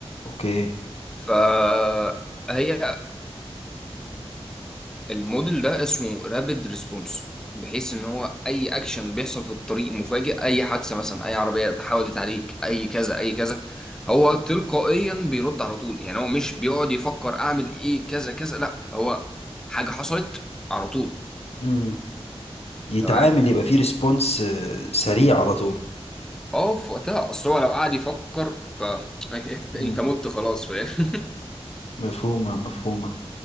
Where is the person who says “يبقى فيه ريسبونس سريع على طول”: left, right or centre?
Left